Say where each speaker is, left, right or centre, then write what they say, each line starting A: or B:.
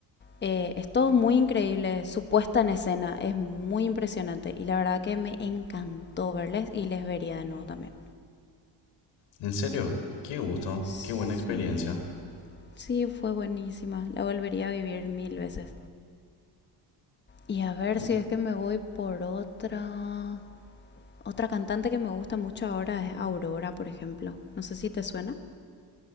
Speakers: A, on the left; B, on the left.
A: Eh, es todo muy increíble, su puesta en escena es muy impresionante y la verdad que me encantó verles y les vería de nuevo también.
B: ¿en serio? Qué gusto,
A: Sí,
B: qué buena experiencia.
A: sí, fue buenísima, la volvería a vivir mil veces. Y a ver
B: Mm,
A: si es que me voy por otra... Otra cantante que me gusta mucho ahora es Aurora, por ejemplo. No sé si te suena.